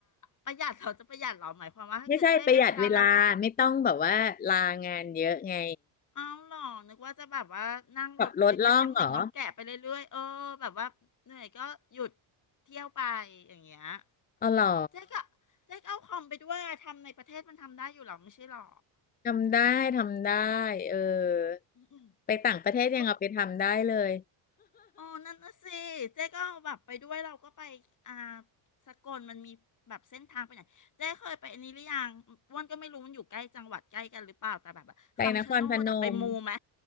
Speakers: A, on the left; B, on the left.
A: ประหยัดเราจะประหยัดเหรอหมายความว่าถ้าเกิดเจ้มีเวลาเราก็
B: ไม่ใช่ประหยัดเวลาไม่ต้องแบบว่าลางานเยอะไง
A: เอาหรอนึกว่าจะแบบว่านั่งรถไปด้วยกันน้องเหน่งน้องแกะไปเรื่อยๆเออแบบว่าเหนื่อยก็หยุด
B: ขับรถล่องเหรอ
A: เที่ยวไปอย่างเงี้ย
B: เอาเหรอ
A: เจ๊ก็เจ๊ก็เอาคอมไปด้วยอะทำในประเทศมันทำได้อยู่หรอไม่ใช่หรอ
B: ทำได้ทำได้ เออ
A: อืม
B: ไปต่างประเทศยังเอาไปทำได้เลย
A: ๆก็อ๋อนั่นน่ะสิเจ๊ก็เอาแบบไปด้วยเราก็ไปอ่าสกลมันมีแบบเส้นทางไปไหนเจ๊เคยไปอันนี้หรือยังอ้วนก็ไม่รู้มันอยู่ใกล้จังหวัดใกล้กันหรือเปล่าแต่แบบว่าคำชะโนดอะไปมูไหม
B: ไปนครพนม